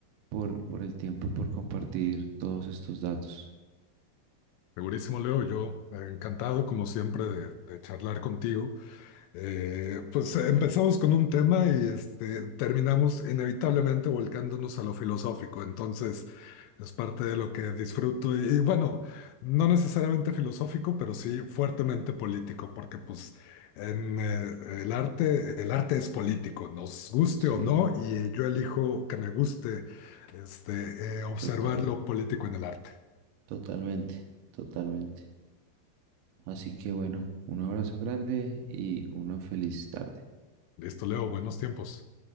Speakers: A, on the right; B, on the left.
A: por, por el tiempo y por compartir todos estos datos.
B: Segurísimo, Leo, yo eh, encantado, como siempre, de, de charlar contigo. Eh, pues empezamos con un tema y este, terminamos inevitablemente volcándonos a lo filosófico. Entonces, es parte de lo que disfruto y, y bueno, no necesariamente filosófico, pero sí fuertemente político, porque pues en eh, el arte, el arte es político, nos guste
A: Sí,
B: o no, y eh, yo elijo que me guste este, eh, observar
A: total,
B: lo político en el arte.
A: totalmente, totalmente. Así que bueno, un abrazo grande y una feliz tarde.
B: Listo, Leo, buenos tiempos.